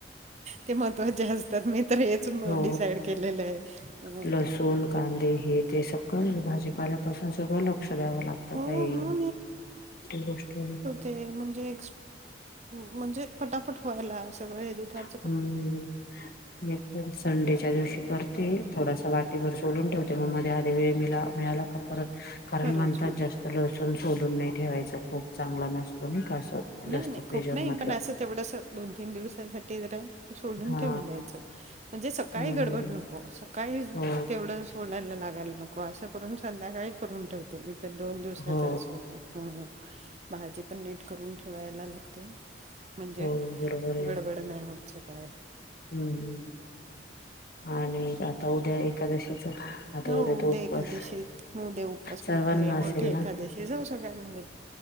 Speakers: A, on the right; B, on the left.
A: ते महत्त्वाचे असतात मी तर हेच
B: हो
A: डिसाइड केलेलं आहे अ......
B: लसूण कांदे हे ते स. भाजीपाल्यापासून सगळं लक्ष द्यावं लागतं
A: हो
B: काही
A: मग
B: गोष्ट....
A: ते म्हणजे...... म्हणजे पटापट व्हायला सगळे दुपारी.
B: हम्म मि तर संडेच्या दिवशी करत.... ते थोडासा वाटीभर सोलून ठेवते मग मध्ये आध वेळ मिला मिळाला का परत.. कारण
A: परत
B: म्हणतात
A: हो
B: जास्त लसून सोडून नाही ठेवायच खूप चांगला नसतो मी का असं. जास्त
A: नाही नाही
B: फ्रीजर
A: खूप नाही
B: मधलं
A: पण असं तेवढंस दोन तीन दिवसाांसाठी जरा. त सोडून
B: हा
A: ठेवून द्यायचं म्हणजे सकाळी
B: हम्म
A: गडबड नको सकाळी
B: हो
A: तेवढं.. सोडायला लागायला नको असं करून संध्याकाळी करून ठेवते मी तर दोन दिवसाच
B: हो
A: असों.. हो भाजी पण नीट करून ठेवायला लागते. म्हणजे
B: हो बरोबर आहे
A: गडबड नाहीय होत सकाळी.
B: हम्म हम् आणि आता उद्या एकादशीच.
A: हो
B: तो
A: उद्या
B: उपवास
A: एकादशी हो दे्या उपास
B: सर्वांना
A: मोठा आहे
B: असेल
A: मोठे
B: ना
A: एकादशी. हे जाऊ सगळ्यांना ल